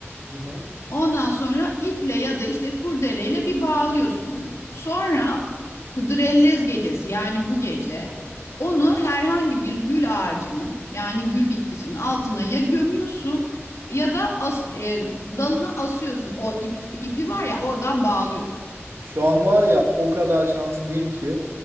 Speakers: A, on the right; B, on the left.
A: Hı hı.
B: Ondan sonra iple ya da işte kurdeleyle bir bağlıyorsun onu. Sonra Hıdrellez gecesi yani bu gece onu herhangi bir gül ağacının yani gül bitkisinin altına ya gömüyorsun ya da as- e, dalına asıyorsun. O ip, ipi var ya oradan bağlıyorsun.
A: Şu an var ya o kadar şanslıyım ki